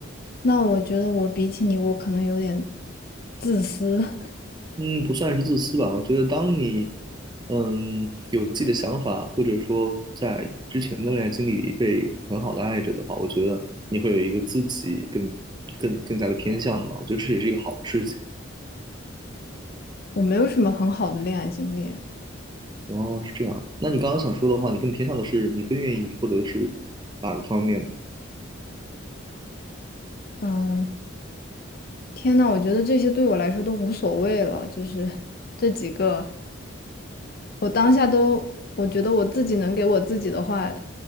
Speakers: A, on the left; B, on the right.
A: 那我觉得我比起你，我可能有点自私，<laughs>
B: 嗯，不算是自私吧。我觉得，当你嗯有自己的想法，或者说在之前的恋爱经历里被很好的爱着的话，我觉得你会有一个自己更更更加的偏向吧。我觉得这也是一个好的事情。
A: 我没有什么很好的恋爱经历。
B: 哦，是这样。那你刚刚想说的话，你更偏向的是，你更愿意获得的是哪个方面呢？
A: 嗯，天呐，我觉得这些对我来说都无所谓了，就是这几个，我当下都，我觉得我自己能给我自己的话